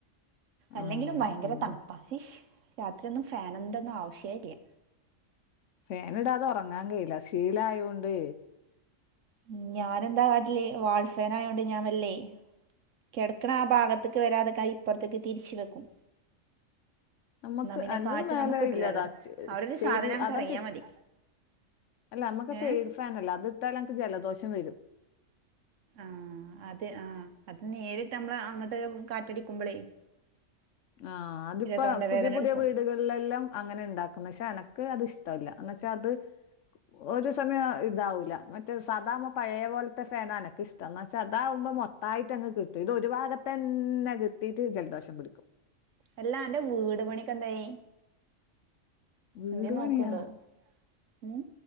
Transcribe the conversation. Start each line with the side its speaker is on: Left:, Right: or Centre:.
Right: അല്ലെങ്കിലും
Left: ആഹ്
Right: ഭയങ്കര
Left: അങ്ങനെ
Right: തണ്പ്പാ അയിഷ് രാത്രിയൊന്നും ഫാനിന്റെന്നും ആവശ്യേല്ല
Left: ഫാന് ഇടാതെ ഉറങ്ങാൻ കഴിയില്ല ശീലായൊണ്ട്
Right: ഉം ഞാനെന്താ കാട്ടല് വാൾഫേനായോണ്ട് ഞാൻ വല്ലേ കെടക്ക്ണ ആ ഭാഗത്ത്ക്ക് വരാതക്കാൻ ഇപ്പുറത്തേക്ക് തിരിച്ച് വെക്കും
Left: നമ്മക്ക്
Right: എന്നാ പിന്നെ
Left: അന്റത്
Right: കാറ്റ്
Left: മേലെ
Right: നമുക്ക് കിട്ടില്ലല്ലോ
Left: ഇല്ലതാ ചെ
Right: അവിടെ ഒരു
Left: ചെയ്രീ
Right: സാധനം നമുക്ക്
Left: അതൻക്ക്
Right: ഇറങ്ങിയാൽ
Left: ഇഷ്
Right: മതി
Left: അല്ല നമ്മക്ക് ആഹ്
Right: ഏ
Left: സെയഡ് ഫാനല്ലെ അത് ഇട്ടാല് എനക്ക് ജലദോഷം വരും
Right: ആഹ് അത് ആഹ് അത് നേരിട്ട് നമ്മള് അങ്ങട്ട് കാറ്റടിക്കുമ്പോളേ
Left: ആഹ് അതിപ്പ
Right: തൊണ്ടവേദന
Left: പുതിയ പുതിയ
Right: എടുക്കും
Left: വീടുകൾ ളിലെല്ലം അങ്ങനെ ഉണ്ടാക്കുന്നെ പക്ഷെ എനക്ക് അത് ഇഷ്ടവല്ല എന്ന വെച്ചാ അത് ഒരു സമയം ഇതാവൂല്ല മറ്റേ സാദാ ആവുമ്പോ പഴേ പോലത്തെ ഫേനാ എനക്കിഷ്ടം എന്ന പക്ഷെ അതാവുമ്പോ മൊത്തായിട്ട് അങ്ങ് കിട്ടും ഇത് ഒരു ഭാഗത്ത് തന്നെ കിട്ടീട്ട് ജലദോഷം പിടിക്കും
Right: അല്ലാ അന്റെ വീട് പണിയൊക്കെ എന്തായി
Left: വീട്
Right: എന്തേം നൊക്ക്ണ്ടോ
Left: പണിയാ
Right: ഉം